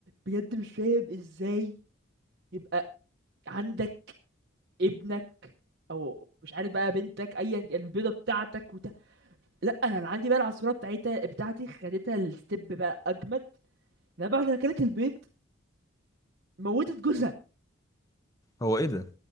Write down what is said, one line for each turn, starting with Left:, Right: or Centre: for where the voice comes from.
Right: بجد مش فاهم ازاي يبقى عندك ابنك او مش عارف بقى بنتك ايا البيضه بتاعتك وت... لا انا اللي عندي بقى العصفوره بتاعتها بتاعتي خدتها الستيب بقى اجمد لما بعد ما كانت البيض موتت جوزها
Left: هو ايه ده